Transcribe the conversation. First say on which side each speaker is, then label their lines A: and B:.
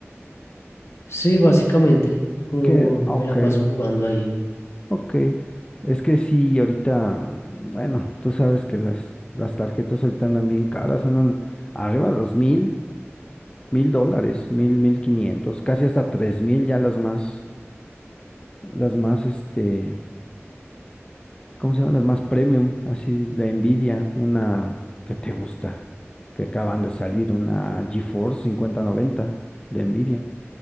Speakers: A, on the left; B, on the left.
A: Sí, básicamente, como
B: Que, ok,
A: me la paso jugando ahí.
B: ok. Es que sí, ahorita, mm, bueno, tú sabes que las, las tarjetas ahorita andan bien caras, andan arriba de los mil, mil dólares, mil, mil quinientos, casi hasta tres mil ya las más, las más, este, ¿cómo se llaman? Las más premium, así, la Nvidia, una que te gusta, que acaban de salir, una GeForce cincuenta noventa de Nvidia.